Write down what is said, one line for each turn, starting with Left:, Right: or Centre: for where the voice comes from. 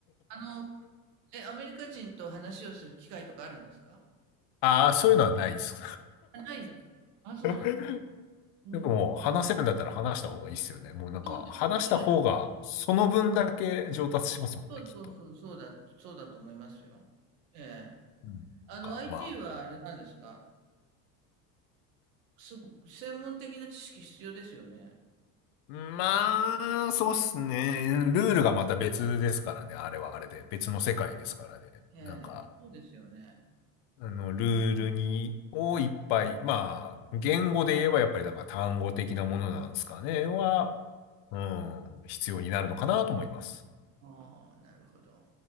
Right: あの、え、アメリカ人と話をする機会とかあるんですか
Left: ああ、そういうのはないです。
Right: あないんです。あ、そうなんです。
Left: <laughs>
Right: うん、
Left: でも、話せるんだったら話した方がいいっすよね。もうなんか、
Right: そうですね。
Left: 話した方が、その分だけ上達しますもんね、
Right: そうそうそう、
Left: きっと。
Right: そうだ、そうだと思いますよ。ええ。
Left: うんか、
Right: あの、IT
Left: ま
Right: はあれなんですかす、専門的な知識必要ですよね。
Left: あ、まあ、そうっすね。ルールがまた別ですからね。あれはあれで。別の世界ですからね。
Right: ええ、
Left: なんか、
Right: そうですよね。
Left: あの、ルールに、をいっぱい、まあ、言語で言えばやっぱりだから単語的なものなんですかね。は、うん、必要になるのかなと思います。
Right: ああ、なるほど。